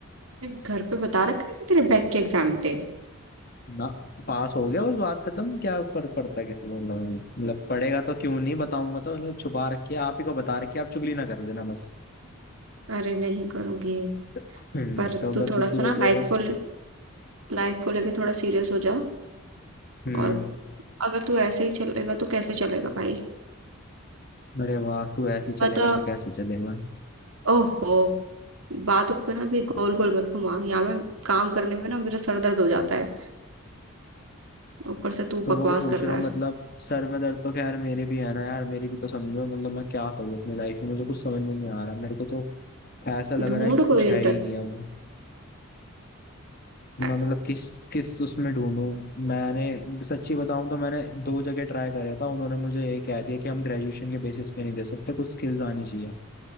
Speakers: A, on the right; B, on the left.
A: तूने घर पे बता रखा है कि तेरे बैक के एग्जाम थे
B: ना पास हो गया बस बात खत्म क्या फर्क पड़ता है किसी को मतलब मतलब पड़ेगा तो क्यों नहीं बताऊंगा तो मतलब छुपा रखिए आप ही को बता रखिए आप चुगली ना कर देना बस
A: अरे नहीं करूंगी
B: हम्म
A: पर
B: तो
A: तू
B: बस
A: थोड़ा
B: इसी
A: सा
B: वजह
A: ना
B: से
A: लाइफ
B: बस
A: को लाइफ को लेके थोड़ा सीरियस हो जा
B: हम्म
A: और अगर तू ऐसे ही चलेगा तो कैसे चलेगा भाई
B: अरे वाह तू ऐसे ही चलेगा
A: बता
B: तो कैसे चलेगा
A: ओहो बातों पे ना भी गोल गोल मत घुमा यहाँ में काम करने में ना मेरा सर दर्द हो जाता है ऊपर से तू
B: तो
A: बकवास
B: वही पूछ
A: कर रहा
B: रहा हूँ
A: है
B: मतलब सर में दर्द तो खैर मेरे भी है ना यार मेरी भी तो समझो मतलब मैं क्या करूँ अपनी लाइफ में मुझे कुछ समझ में नहीं आ रहा मेरे को तो ऐसा लग
A: ढूंढ
B: रहा है कि कुछ
A: कोई
B: है ही नहीं अब मैं
A: इंटर्नशिप
B: मतलब किस किस उसमें ढूंढूं मैंने सच्ची बताऊं तो मैंने दो जगह ट्राई करा था उन्होंने मुझे ये कह दिया कि हम ग्रेजुएशन के बेसिस पे नहीं दे सकते कुछ स्किल्स आनी चाहिए